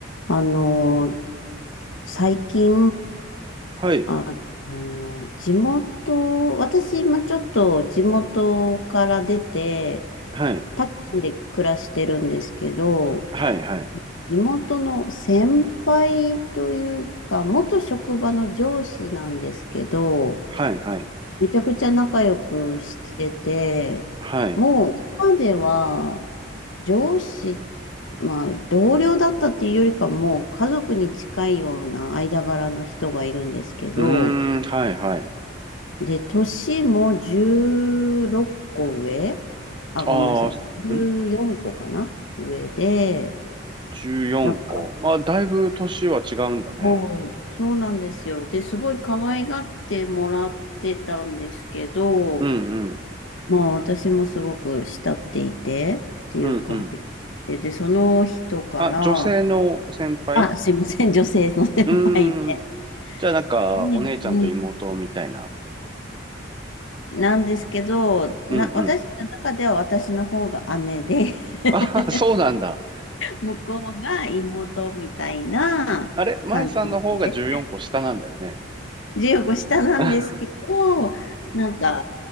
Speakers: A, on the left (about 75°); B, on the right (about 25°).
A: あの、最近、
B: はい、
A: あの、地元、私、今ちょっと地元から出て、
B: はい、
A: タクシーで暮らしてるんですけど、
B: はい、はい、
A: 地元の先輩というか、元職場の上司なんですけど、
B: はい、はい、
A: めちゃくちゃ仲良くしてて、
B: はい。
A: もう今では上司、まあ同僚だったっていうよりかもう家族に近いような間柄の人がいるんですけど、
B: うーん、はい、はい。
A: で、年も16個上あ、
B: ああ、
A: ごめんなさい。14個かな上で、
B: ん ?14
A: なんか、
B: 個。あ、だいぶ年は違うんだね。
A: もう、そうなんですよ。で、すごい可愛がってもらってたんですけど、
B: うん、うん、
A: まあ私もすごく慕っていてっていう関係で、
B: うん、うん。
A: で、その人から、
B: あ、女性の先輩
A: あ、すいません、女性の先輩で。
B: うーん。じゃあなんか、
A: ねうん、
B: お姉ちゃんと妹みたいな。
A: なんですけど、な、
B: うんうん。
A: 私の中では私の方が姉で <laughs>
B: あ、<laughs> そうなんだ。<laughs>
A: 向こうが妹みたいな関係性。
B: あれ、舞さんの方が14個下なんだよね。
A: 14個下なんですけど、
B: <laughs> は
A: なんか、